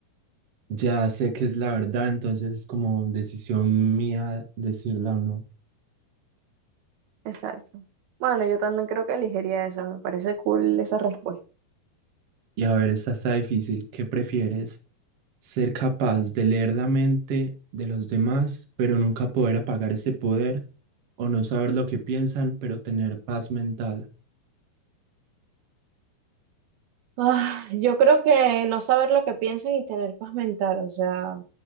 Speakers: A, on the right; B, on the right.
A: ya sé que es la verdad, entonces es como decisión mía decirla o no.
B: Exacto. Bueno, yo también creo que elegiría eso, me parece cool esa respuesta.
A: Y a ver, esta está difícil. ¿Qué prefieres? ¿Ser capaz de leer la mente de los demás, pero nunca poder apagar ese poder? ¿O no saber lo que piensan, pero tener paz mental?
B: Ah, yo creo que no saber lo que piensan y tener paz mental, o sea,